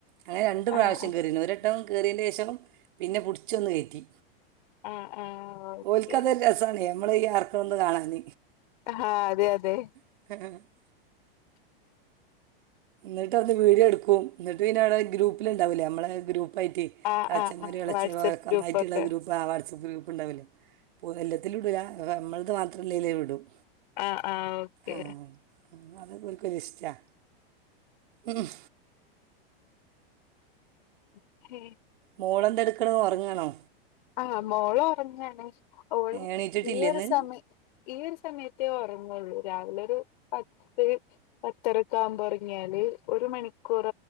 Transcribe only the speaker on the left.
ആഹ് ആഹ്
ആഹ് ആഹ് ഓക്കെ
അ ഹാ അതെ അതെ
ആഹ്
ആഹ് ആഹ്
വാട്സപ്പ് ഗ്രൂപ്പൊക്കെ
ആഹ് ആഹ് ഓക്കെ
ഒക്കെ
ആഹ് മോളൊറങ്ങാണ് ഓള്
ഈ ഒര്
സമയത്ത് ഈ ഒരു സമയത്തേ ഒറൊങൊള്ളൂ രാവിലെ ഒരു പത്ത് പത്തരക്കെ ആകുമ്പോ ഒറങ്ങിയാല് ഒരു മണിക്കൂർ